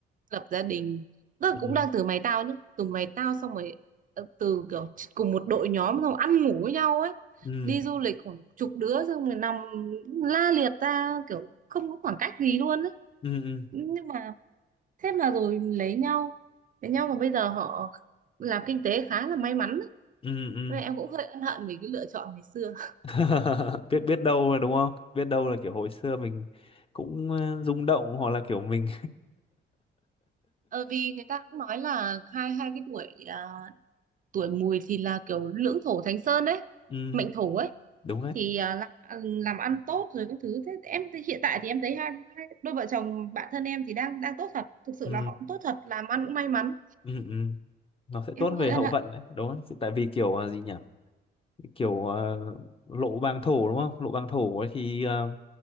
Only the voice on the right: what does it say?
lập gia đình tức là
cũng đang từ mày tao nhé từ mày tao xong rồi ờ, từ kiểu cùng một đội nhóm xong ăn ngủ với nhau ấy
đi du lịch khoảng chục đứa xong rồi nằm la liệt ra kiểu không có khoảng cách gì luôn ấy
nhưng mà thế mà rồi lấy nhau lấy nhau mà bây giờ họ làm kinh tế khá là may mắn ấy.
Vậy em cũng hơi ân hận vì cái lựa chọn ngày xưa
Ờ, vì người ta cũng nói là hai hai cái tuổi à, tuổi mùi thì là kiểu lưỡng thổ thánh sơn đấy
mệnh thổ ấy
thì à, làm ừ, làm ăn tốt rồi các thứ thế em thì hiện tại thì em thấy hai, hai đôi vợ chồng bạn thân em thì đang đang tốt thật thực sự
là họ cũng tốt thật làm ăn cũng may mắn
em
cũng
hơi ân
hận